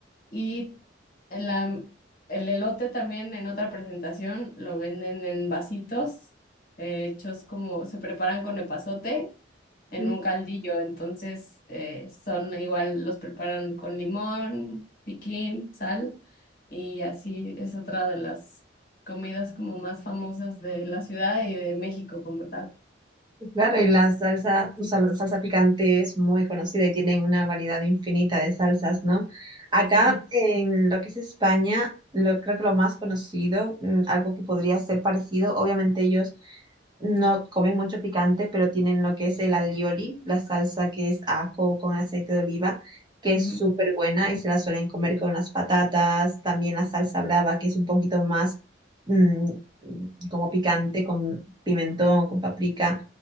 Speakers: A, on the left; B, on the right.
A: Y en la, el elote también en otra presentación lo venden en vasitos, eh, hechos como se preparan con epazote en
B: Ujú,
A: un caldillo. Entonces eh, son igual, los preparan con limón, piquín, sal y así es otra de las comidas como más famosas de la ciudad y de México como tal.
B: pues Claro, y la salsa, o sea, la salsa picante es muy conocida y tienen una variedad infinita de salsas, ¿no? Acá
A: Sí,
B: en lo que es España, lo, creo que lo más conocido, mm, algo que podría ser parecido, obviamente ellos no comen mucho picante, pero tienen lo que es el alioli, la salsa que es ajo con aceite de oliva, que
A: ujú.
B: es súper buena y se la suelen comer con las patatas, también la salsa brava, que es un poquito más mm, como picante, con pimentón, con paprika